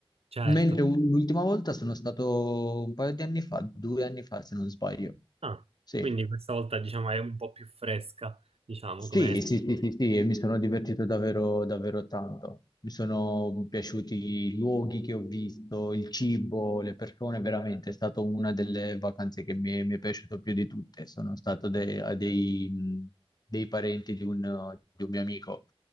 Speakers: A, on the right; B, on the left.
A: Certo.
B: Mentre u- l'ultima volta sono stato un paio di anni fa, due anni fa se non sbaglio.
A: Ah,
B: Sì.
A: quindi questa volta diciamo è un po' più fresca, diciamo
B: Sì,
A: come...
B: sì, sì, sì, sì, e mi sono divertito davvero, davvero tanto. Mi sono piaciuti i luoghi che ho visto, il cibo, le persone, veramente è stata una delle vacanze che mi è, mi è piaciuto più di tutte. Sono stato de- a dei, mh, dei parenti di un, di un mio amico,